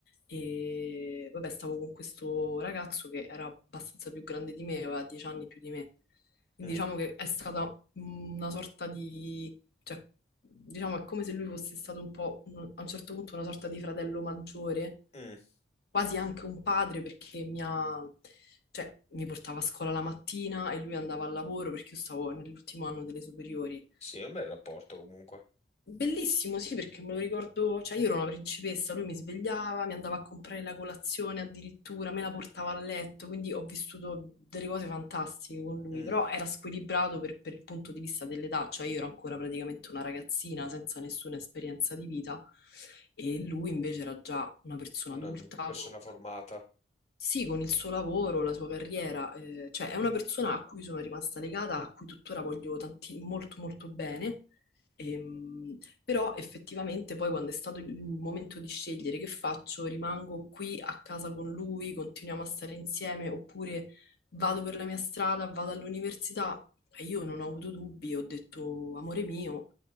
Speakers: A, on the left; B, on the left.
A: e, vabbè, stavo con questo ragazzo che era abbastanza più grande di me, aveva 10 anni più di me. Quindi
B: mm,
A: diciamo che è stata una sorta di... cioè, diciamo è come se lui fosse stato un po', un- a un certo punto, una sorta di fratello maggiore
B: mm.
A: quasi anche un padre perché mi ha, cioè, mi portava a scuola la mattina e lui andava al lavoro perché io stavo nell'ultimo anno delle superiori.
B: Sì, è un bel rapporto comunque.
A: Bellissimo, sì, perché me lo ricordo, cioè io ero una principessa, lui mi svegliava, mi andava a comprare la colazione addirittura, me la portava a letto, quindi ho vissuto delle cose fantastiche con lui,
B: Mm.
A: però era squilibrato per, per il punto di vista dell'età, cioè io ero ancora praticamente una ragazzina senza nessuna esperienza di vita e lui invece era già una persona
B: Una
A: adulta
B: persona
A: con
B: formata.
A: sì, con il suo lavoro, la sua carriera, eh, cioè è una persona a cui sono rimasta legata, a cui tuttora voglio tanti- molto molto bene, Ehm, però effettivamente poi quando è stato il il momento di scegliere che faccio, rimango qui a casa con lui, continuiamo a stare insieme oppure vado per la mia strada, vado all'università, e io non ho avuto dubbi, ho detto amore mio